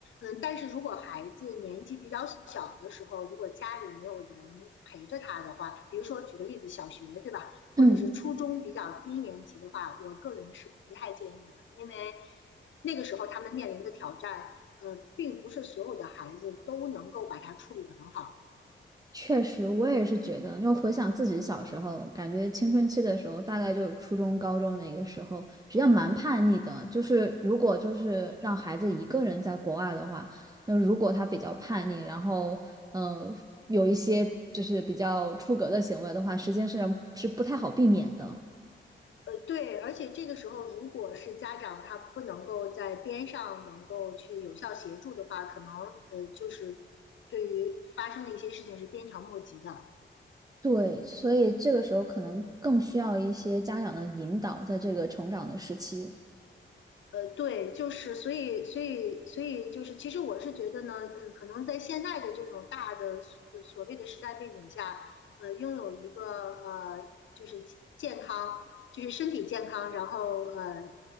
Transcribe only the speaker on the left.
嗯，但是如果孩子年纪比较小的时候，如果家里没有人陪着他的话，比如说举个例子，小学对吧，
或者是初中比较低年级的话，我个人是不太建议的，因为那个时候他们面临的挑战。呃，并不是所有的孩子都能够把它处理得很好。
呃，对，而且这个时候，如果是家长他不能够在边上能够去有效协助的话，可能呃就是对于发生的一些事情是鞭长莫及的。
呃，对，就是所以，所以，所以就是，其实我是觉得呢，嗯，可能在现在的这种大的所所谓的时代背景下，呃，拥有一个呃，就是健康，就是身体健康，然后呃，